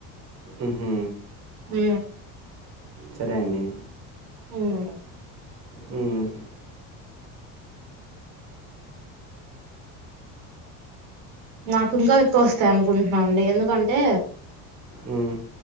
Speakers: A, on the right; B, on the right.
A: ఉమ్ హు
B: మ్
A: సరే అండి
B: మ్
A: మ్
B: నాకు ఇంకా ఎక్కువ వస్తాయి అనుకుంటున్నానండి ఎందుకంటే
A: మ్మ్,